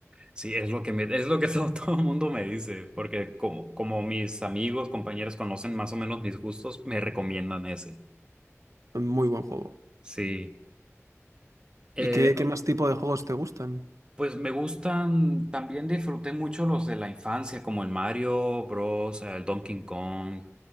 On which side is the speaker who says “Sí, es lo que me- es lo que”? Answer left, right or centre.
Right